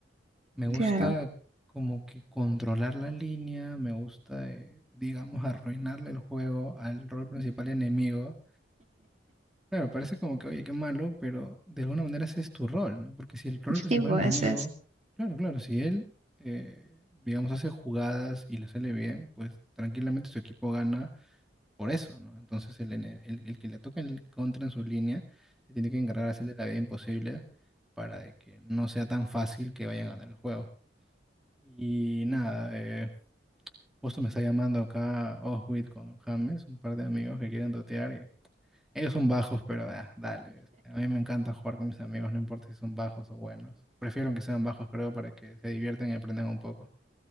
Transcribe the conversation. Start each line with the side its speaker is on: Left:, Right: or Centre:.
Centre: Me gusta
Right: Claro,
Centre: como que controlar la línea, me gusta, eh, digamos, arruinarle el juego al rol principal enemigo Claro, parece como que, oye, qué malo, pero de alguna manera ese es tu rol, ¿no? Porque si el rol principal
Right: sí, pues
Centre: enemigo,
Right: es,
Centre: claro, claro, si él, eh, digamos, hace jugadas y le sale bien, pues tranquilamente su equipo gana por eso, ¿no? Entonces el, ene- el, el que le toca el contra en su línea se tiene que encargar de hacerle la vida imposible para de que no sea tan fácil que vayan a ganar el juego. Y nada, eh, justo me está llamando acá Oswit con James, un par de amigos que quieren dotear. Ellos son bajos, pero ah, dale. este, A mí me encanta jugar con mis amigos, no importa si son bajos o buenos. Prefiero que sean bajos, creo, para que se diviertan y aprendan un poco.